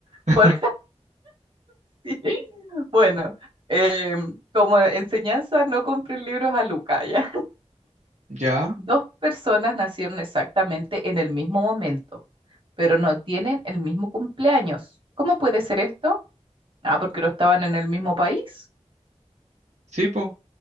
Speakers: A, on the right (about 70°); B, on the right (about 45°).
A: <laughs>
B: Por así. Bueno, em, como enseñanza, no compren libros a Luca, ¿ya?
A: Ya.
B: Dos personas nacieron exactamente en el mismo momento, pero no tienen el mismo cumpleaños. ¿Cómo puede ser esto? Ah, porque no estaban en el mismo país,
A: Sí, po.